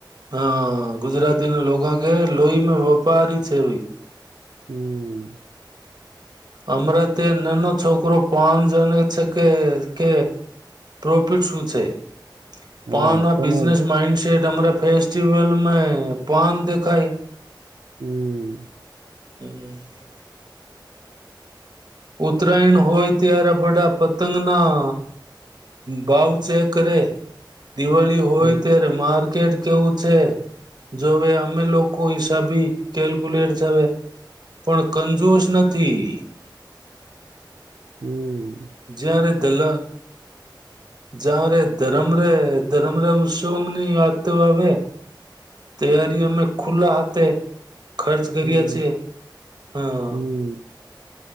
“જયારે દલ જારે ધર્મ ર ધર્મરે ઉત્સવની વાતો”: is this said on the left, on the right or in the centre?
Right